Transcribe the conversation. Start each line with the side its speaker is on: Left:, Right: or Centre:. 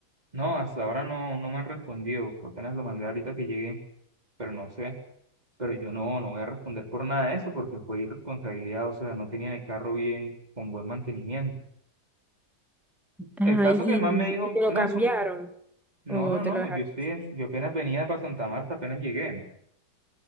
Right: No, hasta ahora no, no me han respondido. Apenas lo mandé ahorita que llegué. pero no sé. Pero yo no, no voy a responder por nada de eso porque fue irresponsabilidad, o sea, no tenían el carro bien, con buen mantenimiento.
Centre: Ajá.
Right: El caso
Centre: ¿Y,
Right: que el man me dijo,
Centre: y te lo
Right: no,
Centre: cambiaron?
Right: eso, no,
Centre: ¿O
Right: no,
Centre: te
Right: no,
Centre: lo dejaron?
Right: yo estoy, yo apenas venía para Santa Marta, apenas llegué.